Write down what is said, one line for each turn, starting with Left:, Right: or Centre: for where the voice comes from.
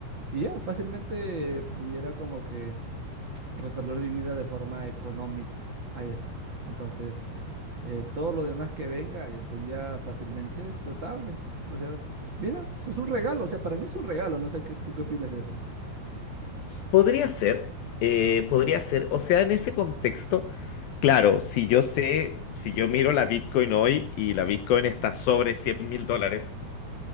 Right: y ya, fácilmente pudiera como que resolver mi vida de forma económica. Ahí está. Entonces, eh, todo lo demás que venga eh, sería fácilmente tratable. O sea, mira, es un regalo. O sea, para mí es un regalo. No sé qué, tú qué opinas de eso.
Left: Podría ser, eh, podría ser, o sea, en ese contexto, claro, si yo sé, si yo miro la Bitcoin hoy y la Bitcoin está sobre cien mil dólares